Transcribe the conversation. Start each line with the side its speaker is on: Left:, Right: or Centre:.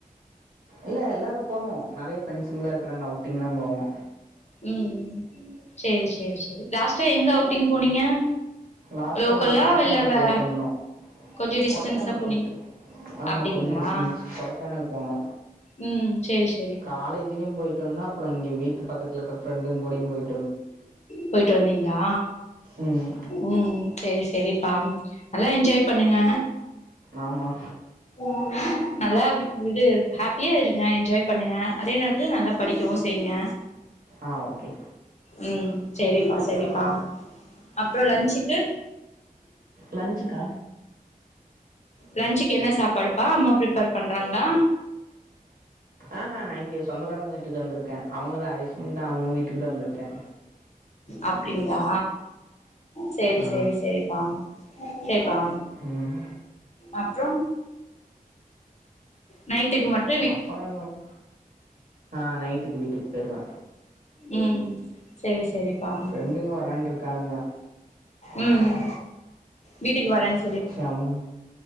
Right: இல்ல எல்லாரு போவோ நெறைய ஃப்ரெண்ட்சுங்கல்லா இருக்குறாங்க அவுட்டிங்லா போவோ
Left: ம் சேரி சேரி சேரி லாஸ்டா எங்க அவுட்டிங் போனீங்க
Right: லாஸ்டா
Left: லோக்கல்லா
Right: நாங்க கொடைக்கேனல்
Left: இல்ல வே
Right: போய்ட்டுந்தோ
Left: கொஞ்சோ டிஸ்டன்ஸா
Right: கொடைக்கேனல்
Left: போனீங்
Right: போய்ட்டு ஆமா
Left: அப்டிங்ளா
Right: கொஞ்சோ டிஸ்டன்ஸ் கொடைக்கேனல் போனோ
Left: ம் சேர்ச்
Right: காலேஜ்லயு போயிட்டு வந்த அப்புறோ இங்க வீட்டு பக்கத்துலருக்க ஃப்ரெண்டுங்கூடயு போயிட்
Left: போயிட்டு வந்தீங்ளா
Right: ம்
Left: ம் சேரி சேரிப்பா நல்லா என்ஜாய் பண்ணுங்க
Right: ஆமா
Left: ஓ நல்லா இது ஹாப்பியா இருங்க என்ஜாய் பண்ணுங்க அதே நேரத்துல நல்லா படிக்கவு செய்ங்க
Right: அ ஒகே
Left: ம் சேரிப்பா செரிப்பா அப்புறம் லன்ச்சிக்கு
Right: லன்ச்சிக்கா
Left: லன்ச்சிக்கு என்ன சாப்பாடுப்பா அம்மா ப்ரிப்பர் பண்றாங்ளா
Right: அ ஹ நா இங்க சொந்தக்காரங்க வீட்டுக்கு வந்திருக்க அவுங்கதா அரிஷ்மிதா அவுங்க வீட்டுக்கு தா வந்திருக்கே
Left: அப்டிங்ளா சேரி
Right: ஆ
Left: சேரி சேரிப்பா சேர்ப்பா
Right: ம்
Left: அப்புறம் நைட்டுக்கு மட்
Right: அப்புறன்னு அ நைட்டுக்கு வீட்டுக்கு போயிருவ
Left: ம் சேரி செரி ம்
Right: ஃப்ரெண்டுங்க வரண்ருக்கானுங்க
Left: ம் வீட்டுக்கு வரேன்
Right: சே அவுனுங்